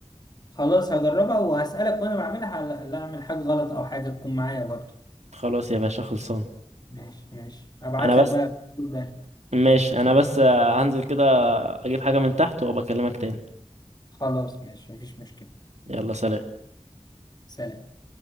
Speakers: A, on the left; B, on the right.
A: خلاص هجربها وهسألك وأنا بعملها لا لا أعمل حاجة غلط أو حاجة تكون معايا برضو
B: خلاص يا باشا خلصان
A: ماشي ماشي أبعت
B: أنا
A: لك
B: بس
A: بقى كل ده.
B: ماشي أنا بس هنزل كده أجيب حاجة من تحت وأبقى أكلمك تاني
A: خلاص ماشي مفيش مشكلة
B: يلا سلام
A: سلام